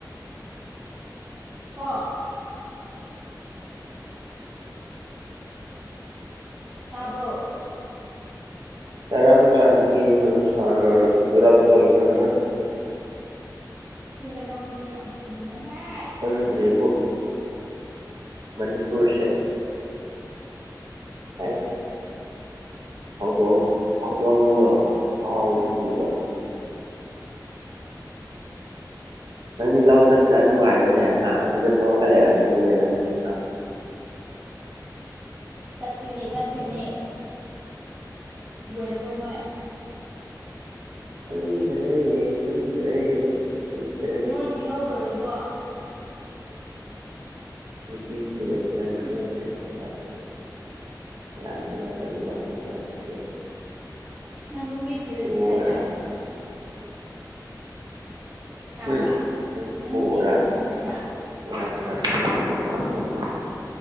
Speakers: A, on the right; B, on the right.
A: ꯀ ꯇꯥꯕ꯭ꯔꯣ
B: ꯑꯔꯝ ꯀꯥꯟꯗꯗꯒꯤꯅꯨꯡ ꯁꯅꯣꯅꯨꯡꯁꯤ ꯆꯨꯔꯥꯛ ꯀꯅꯣ
A: ꯁꯤ ꯍꯩꯅꯧꯁꯤꯗꯤ ꯌꯥꯝ ꯊꯨꯝꯃꯦꯍꯦ
B: ꯅꯗ꯭ꯔꯦꯕꯨꯣ ꯃꯅꯤꯄꯨꯔꯁꯦ ꯍ ꯍꯧꯗꯣꯡ ꯍꯧꯗꯣꯡ ꯍꯥꯎꯁꯤꯕꯤꯔ
A: ꯎꯝ
B: ꯅꯪꯗꯤ ꯂꯧ ꯆꯠꯇꯄꯅ ꯅꯨꯡꯉꯥꯏꯔꯦꯅꯦ ꯍꯥ ꯑꯗꯨꯗ ꯅꯣꯛꯑꯒ ꯂꯩꯔꯝꯒꯅꯤꯅꯦ ꯅꯪꯗꯤ ꯅ
A: ꯆꯠꯇꯣꯏꯅꯦ ꯆꯠꯇꯣꯏꯅꯦ
B: ꯑꯁ
A: ꯂꯣꯏꯔꯕ ꯅꯣꯏ
B: ꯈꯪꯗꯔꯦ ꯈꯪꯗꯔꯦ ꯑꯩꯗꯤꯦ ꯈꯪꯗ꯭ꯔꯦ
A: ꯅꯣꯏꯒꯤ ꯂꯧ ꯂꯣꯏꯔꯕꯣ
B: ꯅꯨꯄꯤ ꯊꯤꯔꯁꯤꯔ
A: ꯎꯝ
B: ꯈꯜꯂ ꯂꯩꯔꯕꯝ ꯀꯥꯟꯁꯤꯗ ꯌꯥꯝꯗ ꯀꯅ ꯋꯥꯥꯛꯦ
A: ꯅꯪ ꯅꯨꯄꯤ ꯊꯤꯔꯅꯤ
B: ꯄꯣꯔꯥ
A: ꯍꯥꯏꯗ
B: ꯅꯪ
A: ꯇꯥꯕ꯭ꯔꯥ
B: ꯎꯝ
A: ꯅꯪ ꯅꯨꯄꯤ ꯊꯤꯔꯅꯤ
B: ꯎ
A: ꯍꯥꯏꯗ
B: ꯄꯔꯕ